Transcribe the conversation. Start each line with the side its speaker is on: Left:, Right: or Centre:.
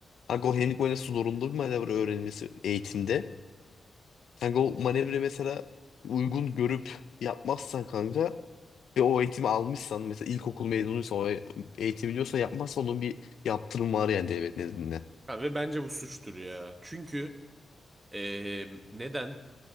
Left: Kanka o hemlik manevrası zorunlu bir manevra öğrenilmesi eğitimde. Kanka o manevra mesela uygun görüp yapmazsan kanka Ve o eğitimi almışsan mesela ilkokul mezunuysa o eğitimi diyorsa yapmazsa onun bir yaptırım var yani devlet nezdinde.
Right: Ha, ve bence bu suçtur ya. Çünkü e, neden?